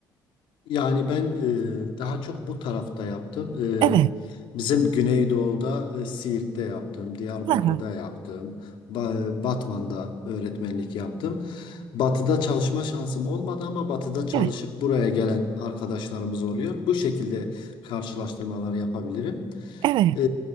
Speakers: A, on the left (about 80°); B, on the right (about 75°).
A: Yani ben e, daha çok bu tarafta yaptım.
B: Evet.
A: E, bizim Güneydoğu'da e, Siirt'te yaptım, Diyarbakır'da
B: Hı hı.
A: yaptım, Ba- Batman'da öğretmenlik yaptım. Batı'da çalışma şansım olmadı ama Batı'da çalışıp
B: Evet.
A: buraya gelen arkadaşlarımız oluyor. Bu şekilde karşılaştırmalar yapabilirim.
B: Evet.
A: E,